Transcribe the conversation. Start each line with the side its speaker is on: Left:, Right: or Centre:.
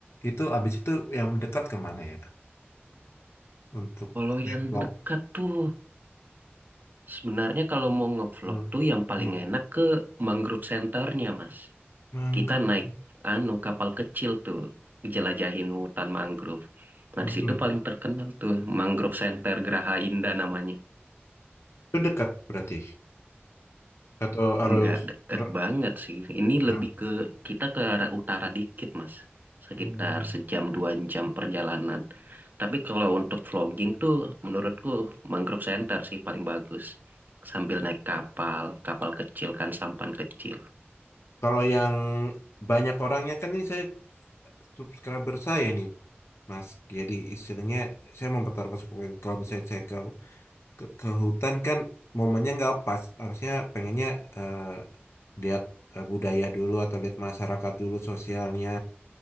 Left: Itu abis itu yang dekat kemana ya? Untuk
Right: Kalau
Left: develop.
Right: yang dekat tuh, sebenarnya kalau mau ngevlog
Left: Hmm.
Right: tuh yang paling
Left: Hmm.
Right: enak ke mangrove centernya, Mas.
Left: Mangrove.
Right: Kita naik anu kapal kecil tuh, jelajahin hutan mangrove. Nah,
Left: Hmm.
Right: di situ paling terkenal tuh Mangrove Center Geraha Indah namanya.
Left: Itu dekat berarti. Atau harus
Right: Nggak dekat
Left: ber-
Right: banget sih. Ini
Left: nah.
Right: lebih ke kita ke arah utara dikit, Mas. Sekitar
Left: Hmm.
Right: sejam dua jam perjalanan. Tapi kalau untuk vlogging tuh menurutku Mangrove Center sih paling bagus. Sambil naik kapal, kapal kecil kan sampan kecil.
Left: Kalau yang banyak orangnya kan ini saya subscriber saya nih. Mas, jadi istilahnya saya mempertaruhkan subscriber. Kalau misalnya saya ke ke, ke hutan kan momennya nggak pas harusnya pengennya eh, lihat eh, budaya dulu atau lihat masyarakat dulu sosialnya